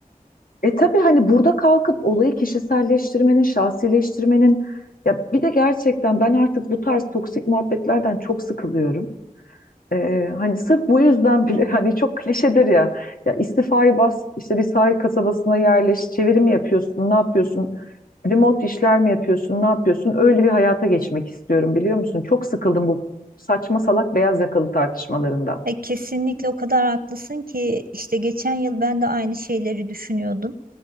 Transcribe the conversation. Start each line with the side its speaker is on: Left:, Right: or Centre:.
Left: e tabii hani burada kalkıp olayı kişiselleştirmenin, şahsileştirmenin ya bir de gerçekten ben artık bu tarz toksik muhabbetlerden çok sıkılıyorum. Ee, hani sırf bu yüzden bile <laughs> hani çok klişedir ya. Ya istifayı bas, işte bir sahil kasabasına yerleş, çeviri mi yapıyorsun, ne yapıyorsun? Remote işler mi yapıyorsun, ne yapıyorsun? Öyle bir hayata geçmek istiyorum biliyor musun? Çok sıkıldım bu saçma salak beyaz yakalı tartışmalarından.
Right: e, kesinlikle o kadar haklısın ki işte geçen yıl ben de aynı şeyleri düşünüyordum.